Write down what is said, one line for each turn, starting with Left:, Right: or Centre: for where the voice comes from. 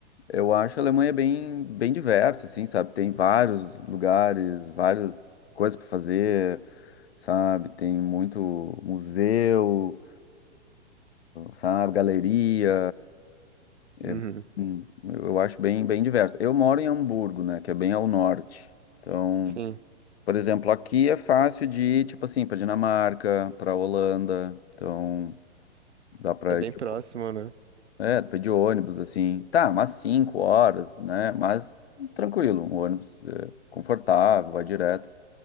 Left: eu acho a Alemanha bem, bem diversa, assim, sabe? Tem vários lugares, várias coisas pra fazer. sabe? Tem muito museu, sabe? Galeria. É,
Right: Uhum.
Left: hum, eu acho bem, bem diverso. Eu moro em Hamburgo, né? Que é bem ao norte. Então,
Right: Sim.
Left: por exemplo, aqui é fácil de ir, tipo assim, para Dinamarca, para Holanda. Então, dá para
Right: É bem
Left: ir, de
Right: próximo,
Left: ô-
Right: né?
Left: é, dá pra ir de ônibus, assim. Tá, umas cinco horas, né? Mas tranquilo, um ônibus é, confortável, vai direto.